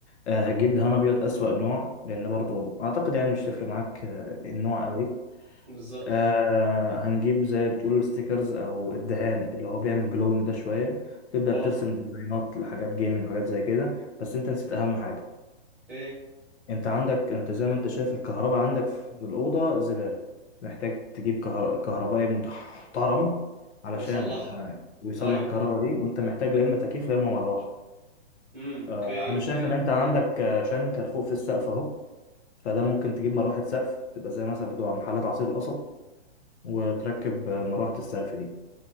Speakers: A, on the left; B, in the centre.
A: آه، هتجيب دهان ابيض اسوأ نوع لان برضو اعتقد يعني مش تفرق معاك آه، النوع قوي
B: بالظبط
A: آه، هنجيب زي بتقول ستيكرز او الدهان اللي هو بيعمل جلون ده شويه تبدا
B: اه
A: ترسم ديزاينات لحاجات جيمنج وحاجات زي كده بس انت نسيت اهم حاجه
B: ايه
A: انت عندك انت زي ما انت شايف الكهرباء عندك في الأوضة زبالة محتاج تجيب كهر- كهربائي محترم علشان
B: ويصلحها
A: آه، ويصلح
B: ايوه
A: الكهرباء دي وانت محتاج لا اما تكييف لا اما مروحة
B: امم اوكي
A: آه، انا
B: اوكي
A: شايف ان انت عندك آه، شنكر فوق في السقف اهو فده ممكن تجيب مروحة سقف تبقى زي مثلا بتوع محلات عصير القصب وتركب آه، مروحة السقف دي